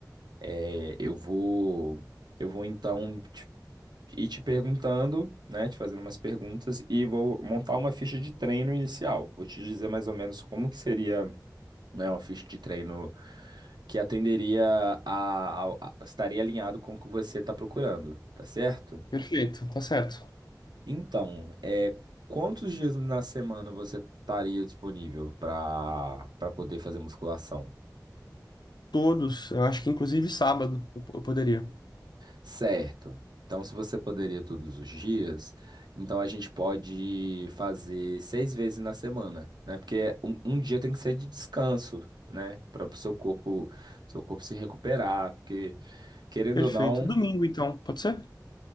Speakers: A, on the right; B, on the left.
A: é, eu vou, eu vou então e te perguntando, né, te fazendo umas perguntas e vou montar uma ficha de treino inicial. Vou te dizer mais ou menos como que seria, né, uma ficha de treino que atenderia a, ao- a- estaria alinhado com o que você está procurando, tá certo?
B: Perfeito, tá certo.
A: Então, é quantos dias na semana você estaria disponível para para poder fazer musculação?
B: Todos, eu acho que inclusive sábado eu eu poderia.
A: Certo. Então, se você poderia todos os dias, então a gente pode fazer seis vezes na semana, né? Porque um, um dia tem que ser de descanso, né? Para o seu corpo, seu corpo se recuperar, porque querendo
B: Perfeito.
A: ou não,
B: Domingo, então, pode ser?